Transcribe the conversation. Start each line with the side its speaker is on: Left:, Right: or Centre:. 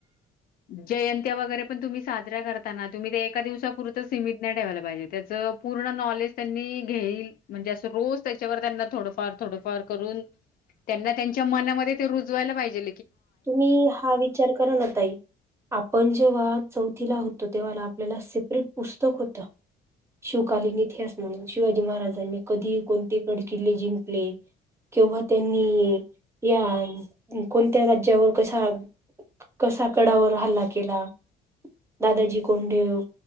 Left: जयंत्या वगैरे पण तुम्ही साजऱ्या करताना तुम्ही ते एका दिवसापुरतं सीमित नाही ठेवायला पाहिजे त्याच पूर्ण नॉलेज त्यांनी घेईल म्हणजे अस रोज त्याच्यावर त्यांना थोडफार थोडफार करून त्यांना त्यांच्या मनामध्ये ते रुजवायला पाहिजे
Right: तुम्ही हा विचार कर ना आताई आपण जेव्हा चौथीला होतो तेव्हा आपल्याला सिपरेट पुस्तक होतं शिवकालीन इतिहास म्हणून शिवाजी महाराजांनी कधी कोणते कड किल्ले जिंकले किंवा त्यांनी या कोण त्या राज्यावर कसा कसा कडावर हल्ला केला दादाजी कोंडेव